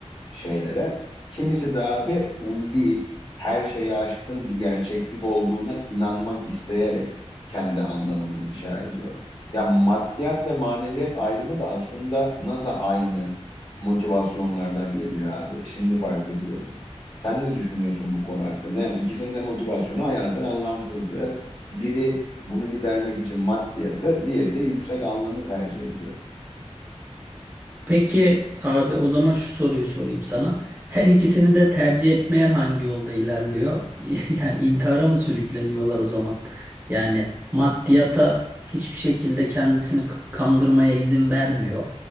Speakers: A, on the left (about 50°); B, on the right (about 15°).
A: şeylere. Kimisi de abi ulvi, her şeye aşkın bir gerçeklik olduğuna inanmak isteyerek kendi anlamını inşa ediyor. Ya maddiyat ve maneviyat ayrımı da aslında nasıl aynı motivasyonlardan geliyor abi. Şimdi fark ediyorum. Sen ne düşünüyorsun bu konu hakkında? Yani ikisinin de motivasyonu hayatın anlamsızlığı. Biri bunu gidermek için maddiyatı, diğeri de yüksek anlamı tercih ediyor.
B: Peki abi o zaman şu soruyu sorayım sana. Her ikisini de tercih etmeyen hangi yolda ilerliyor? <laughs> Yani intihara mı sürükleniyorlar o zaman? Yani maddiyata hiçbir şekilde kendisini k- kandırmaya izin vermiyor.